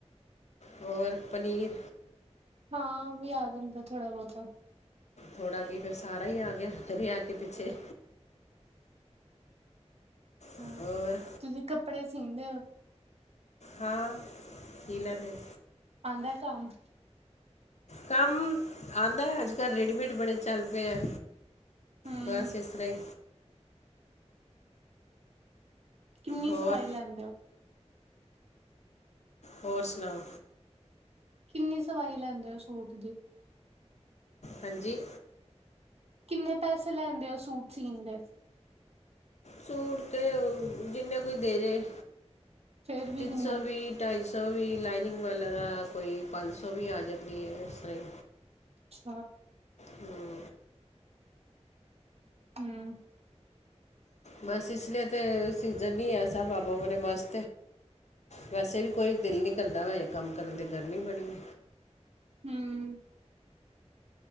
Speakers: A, on the left; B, on the right.
A: ਹੋਰ ਪਨੀਰ?
B: ਹਾਂ, ਉਹ ਵੀ ਆ ਜਾਂਦਾ, ਥੋੜਾ ਬਹੁਤਾ।
A: ਥੋੜ੍ਹਾ ਕੀ, ਫੇਰ ਸਾਰਾ ਹੀ ਆ ਗਿਆ, ਰਿਹਾ ਕੀ ਪਿੱਛੇ?
B: ਹਮ,
A: ਔਰ
B: ਤੁਸੀਂ ਕੱਪੜੇ ਸੀਂਦੇ ਹੋ?
A: ਹਾਂ, ਸੀਅ ਲੈਂਦੇ ਹਾਂ।
B: ਆਉਂਦਾ, ਕੰਮ?
A: ਕੰਮ ਆਂਦਾ, ਅੱਜ- ਕੱਲ੍ਹ ਰਡੀਮੇਡ ਬੜੇ ਚੱਲ ਪਏ ਆ।
B: ਹੂੰ,
A: ਬਸ, ਇਸ ਤਰ੍ਹਾਂ ਈ।
B: ਕਿੰਨੀ,
A: ਹੋਰ
B: ਸਵਾਈ ਲੈਂਦੇ ਹੋ?
A: ਹੋਰ, ਸੁਣਾਓ?
B: ਕਿੰਨੀ, ਸਵਾਈ ਲੈਂਦੇ ਹੋ ਸੂਟ ਦੀ?
A: ਹਾਂਜੀ।
B: ਕਿੰਨੇ ਪੈਸੇ ਲੈਂਦੇ ਆ ਸੂਟ ਸੀਣ ਦੇ?
A: ਸੂਟ ਤਾਂ ਜਿੰਨੇ ਕੁ ਦੇ ਦੇ।
B: ਫੇਰ ਵੀ
A: ਤਿੰਨ
B: ਕਿੰਨਾ
A: ਸੌ ਵੀਹ। ਢਾਈ ਸੌ ਵੀ, ਲਾਈਨਿੰਗ ਵਾਲਿਆਂ ਦਾ ਕੋਈ ਪੰਜ ਸੌ ਵੀ ਆ ਜਾਂਦੀ ਹੈ। ਇਸ ਤਰ੍ਹਾਂ ਹੀ
B: ਹਛ।
A: ਹਮ
B: ਹਮ।
A: ਬਸ ਇਸ ਲਈ ਤਾਂ ਸ ਸੀਜ਼ਨ ਨਹੀਂ ਹੈ। ਸਾਬ ਆਪ- ਆਪਣੇ ਮਸ ਵੈਸੇ ਵੀ ਕੋਈ ਦਿਲ ਨੀ ਕਰਦਾ ਜੇ ਕੰਮ ਕਰਨ ਦੀ ਗਰਮੀ ਬੜੀ ਹੈ।
B: ਹਮ।